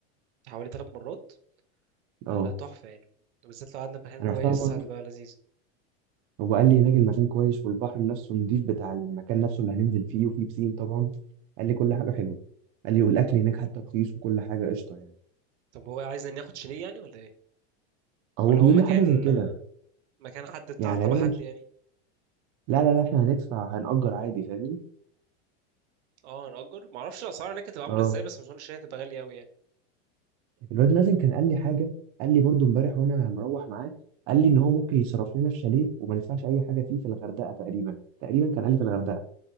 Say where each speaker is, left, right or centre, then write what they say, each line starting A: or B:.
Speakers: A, on the right; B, on the right.
A: حوالي ثلاث مرات
B: اه
A: آه، لا تحفه يعني بالذات لو قعدنا في مكان
B: انا
A: كويس
B: رحتها مره
A: هتبقى لذيذه
B: هو قال لي هناك المكان كويس والبحر نفسه نضيف بتاع المكان نفسه اللي هننزل فيه وفيه بسين طبعا قال لي كل حاجه حلوه قال لي والاكل هناك حتى رخيص وكل حاجه قشطه يعني
A: طب هو عايز ناخد شاليه يعني ولا ايه
B: هو
A: ولا
B: بيقول
A: هو مكان
B: لي حاجه زي كده
A: مكان <laughs> حد بتاع
B: يعني
A: تبع
B: غالبا
A: حد يعني
B: لا لا لا احنا هندفع هنأجر عادي فاهم
A: اه نأجر ما اعرفش الاسعار هناك هتبقى عامله
B: اه
A: ازاي بس ما اظنش ان هي هتبقى غاليه قوي يعني
B: الواد مازن كان قال لي حاجه قال لي برضو امبارح وانا مروح معاه قال لي ان هو ممكن يصرف لنا في شاليه وما ندفعش اي حاجه فيه في الغردقه تقريبا تقريبا كان قال لي في الغردقه